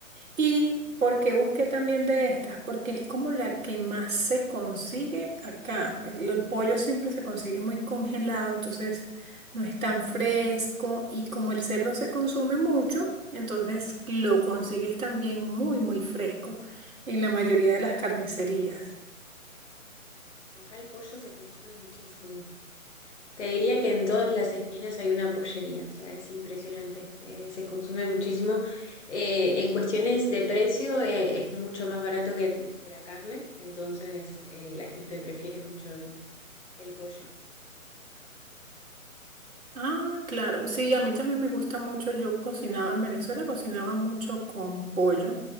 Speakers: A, on the right; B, on the left.
A: ¿Y
B: Ujú.
A: por qué busqué también de estas? Porque es como la que más se consigue acá. El, el pollo siempre se consigue muy congelado, entonces no es tan fresco y como el cerdo se consume mucho, entonces lo consigues también muy, muy fresco en la mayoría de las carnicerías.
B: Mm, no, acá el pollo se consume muchísimo. Te diría que en todas las esquinas hay una pollería, o sea, es impresionante, eh, se consume muchísimo. Eh, en cuestiones de precio, eh, es mucho más barato que, que la carne, entonces eh, la gente prefiere mucho el el pollo.
A: Ah, claro. Sí, a mí también me gusta mucho. Yo cocinaba en Venezuela, cocinaba mucho con pollo,